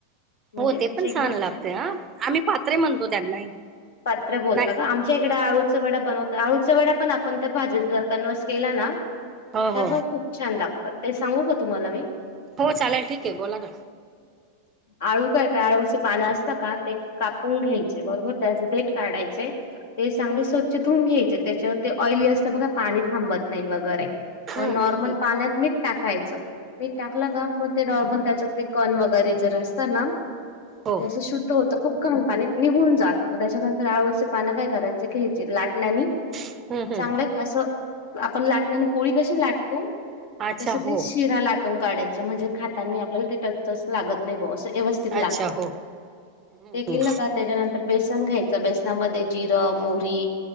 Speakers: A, on the left (about 55°); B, on the right (about 25°).
A: म्हणजे
B: हो ते
A: आमच्या
B: पण
A: इकडे
B: छान लागते ह आम्ही पात्रे म्हणतो त्यांना.
A: पाञे बोलता
B: नाही.
A: का आमच्या इकडे आळूचे वड्या या बनवत. आळूच्या वड्या पण आपण त्या भाजीत जर कन्वस केल्या ना?
B: हो
A: त्या
B: हो.
A: पण खूप छान लागतात ते सांगू का तुम्हाला मी.
B: हो चालेल ठीके आहे बोला ना.
A: आळू काय, काय आळूच पान असतं का ते कापून घ्यायचे बरोबर, त्याच देट काढायचे ते चांगले स्वच्छ धुून घ्यायचे त्याच्यावर ते ऑयली असतं बघा पाणी थांबत नाही वगैरे, पण
B: हम्म
A: नॉर्मल
B: हम्म
A: पाण्यात मीठ टाकायच मीठ टाकलं
B: अच्छा.
A: का मग ते नॉर्मल त्याच्यात ते कण वगैरे जर असतात ना
B: हो
A: ते शुद्ध होत. खूप घान पाणी निघून जात. त्याच्यानतर आळूळचे पानं काय करायचे घ्यायचे लाटण्यानी
B: हम्म हम्म
A: चांगलंयं कि असं आपण लाटण्या आणि पोळी कशी लाटतो
B: अच्छा
A: तस
B: हो
A: ते शिरा लाट काढाय च म्हणजे खातनी आपल्याला टचच टच लागत नाही बावा अस व्यवस्थित लागतो.
B: अच्छा हो. हम्म
A: ते केल
B: हम्म
A: न का त्याच्यानंतर बेस् खायचा बेसनामध्ये जिर, मोहरी,